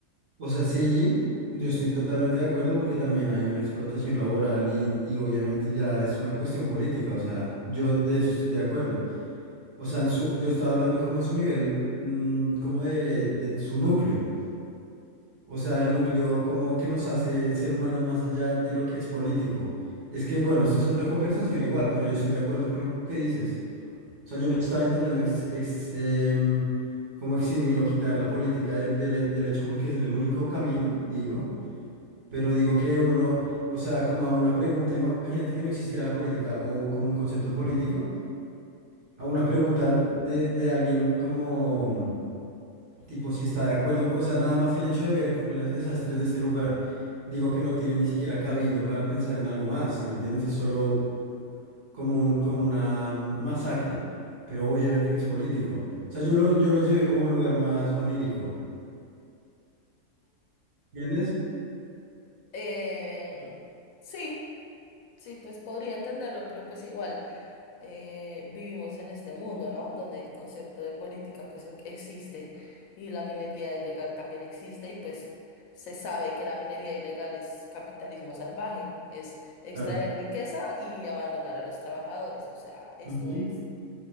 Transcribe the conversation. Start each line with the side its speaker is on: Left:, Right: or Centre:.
Right: O sea, sí, yo estoy totalmente de acuerdo porque también hay una explotación laboral y, y obviamente ya es una cuestión política, o sea, yo de eso estoy de acuerdo. O sea, en su, yo estaba hablando como en su nivel, mm, como de, de su núcleo. O sea, el núcleo como que nos hace ser humanos más allá de lo que es político. Es que, bueno, esto es otra conversación igual, pero yo estoy de acuerdo con lo que dices. O sea, yo no estaba intentando ex- ex- em, como eximir o quitar la política del, del, del hecho porque es el único camino, digo. Pero digo que uno no, o sea, como a una pregunta, imagínate que no existiera la política o como un concepto político, a una pregunta de, de alguien como... Tipo, si está de acuerdo, o sea, nada más el hecho de ver co- los desastres de este lugar, digo que no tiene ni siquiera cabildo para pensar en algo más, ¿sí me entiendes? Es solo como un, como una mm, masacre, pero obviamente que es político. O sea, yo lo, yo lo llevé como a un lugar más onírico, ¿entiendes?
Left: Eh, sí, sí, pues podría entenderlo, pero pues igual eh, vivimos en este mundo, ¿no? Donde el concepto de política pues e- existe y la minería ilegal también existe y pues se sabe que la minería ilegal es capitalismo salvaje, es extraer
Right: Claro.
Left: riqueza y abandonar a los trabajadores, o sea, esto
Right: Ujú.
Left: es